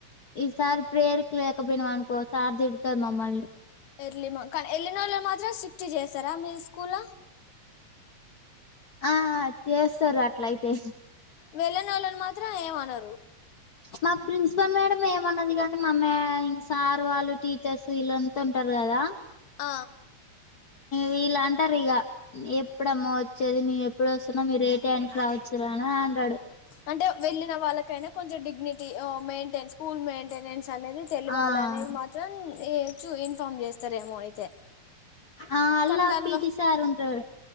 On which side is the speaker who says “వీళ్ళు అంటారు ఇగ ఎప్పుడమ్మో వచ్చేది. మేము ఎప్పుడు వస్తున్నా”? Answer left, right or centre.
Left